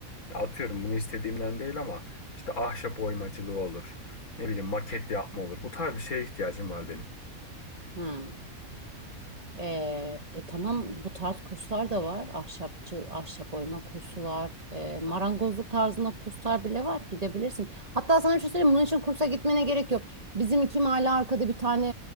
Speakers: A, on the left; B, on the right.
A: Ya Atıyorum bunu istediğimden değil ama işte ahşap oymacılığı olur. Ne bileyim maket yapma olur. Bu tarz bir şeye ihtiyacım var benim.
B: Hmm. Ee, e, tamam bu tarz kurslar da var. Ahşapçı, ahşap oyma kursu var. Ee, marangozluk tarzında kurslar bile var. Gidebilirsin. Hatta sana bir şey söyleyeyim. Bunun için kursa gitmene gerek yok. Bizim iki mahalle arkada bir tane